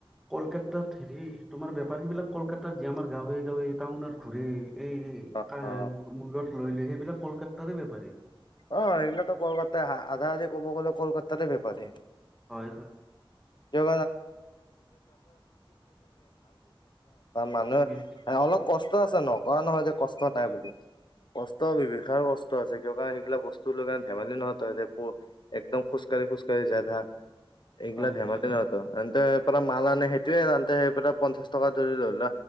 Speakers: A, in the centre; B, on the left.
A: কলকাতাত হেৰি, তোমাৰ বেপাৰী বিলাক কলকাতাত যে আমাৰ গাওঁ গৈ গাঁও এৰি টাউনত ঘূৰে! এই,
B: অ অ
A: মূৰত লৈ লয়, সেইবিলাক কলকাতাৰে বেপাৰী।
B: অ', এইবিলাকতো কলকাতাই আহা আধা আধি ক'ব গ'লে কলকাতাৰে বেপাৰী।
A: হয়, হয়।
B: <inaudible> আও মানুহে
A: বেছি
B: <unintelligible> অলপ কষ্ট <inaudible> কয় নহয় যে কষ্ট নাই বুলি কষ্ট, <unintelligible> কষ্ট আছে <unintelligible> হয়, সেইগিলা বস্তু লৈ কেনে ধেমালি নহয়, তই যে ক'ৰ একদম খোজকাঢ়ি খোজ কাঢ়ি যাই থাকে। এইগিলা
A: হয়
B: ধেমালি
A: হয়
B: নহয়তো। তে, <unintelligible> পৰা মাল আনে সেইটোৱে <unintelligible> পঞ্চাশ টকা ধৰি ল, ল,